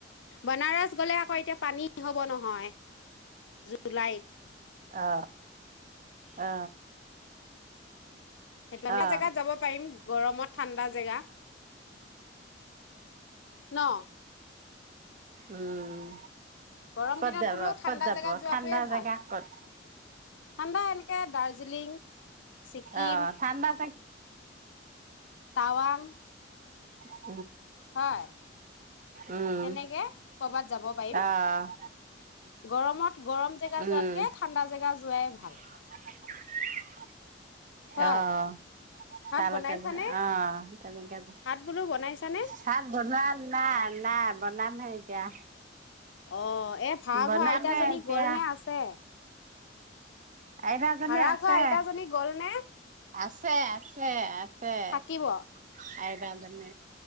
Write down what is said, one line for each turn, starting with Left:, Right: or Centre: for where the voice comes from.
Left: বনাৰস গ'লে আকৌ এতিয়া পানী হব নহয় জুলাইত।
Right: অ অ।
Left: সেইকাৰণে
Right: অ',
Left: এটা জেগাত যাব পাৰিম গৰমত ঠাণ্ডা জেগা। ন
Right: উম
Left: গৰম
Right: ক'ত
Left: দিনত
Right: যাব
Left: বোলো ঠাণ্ডা
Right: ক'ত যাব
Left: জেগাত যোৱাটোৱে
Right: ঠাণ্ডা জেগা
Left: ভাল
Right: ক'ত?
Left: ঠাণ্ডা এনেকে দাৰ্জি দাৰ্জিলিং ছিকিম
Right: অ ঠাণ্ডা
Left: টাৱাং
Right: উ
Left: হয়
Right: উম,
Left: তেনেকে কৰবাত যাব পাৰিম
Right: অ',
Left: গৰমত গৰম জেগা
Right: উম,
Left: যোৱাতকে ঠাণ্ডা জেগা যোৱাই ভাল
Right: <unintelligible>
Left: হয়
Right: অঁ
Left: ভাত
Right: তালৈকে
Left: বনাইছানে
Right: অঁ তেনেকে
Left: ভাত বোলো বনাইছানে
Right: ভাত বনোৱা নাই, নাই বনাম- নবনাওঁ এতিয়া।
Left: অঁ এ ভাড়াঘৰৰ
Right: বনামহে
Left: আইতাজনী
Right: এতিয়া
Left: গল নে আছে?
Right: আইতাজনী
Left: ভাড়া
Right: আছে।
Left: ঘৰৰ আইতাজনী গল নে!
Right: আছে, আছে, আছে-
Left: থাকিব
Right: <unintelligible> জানে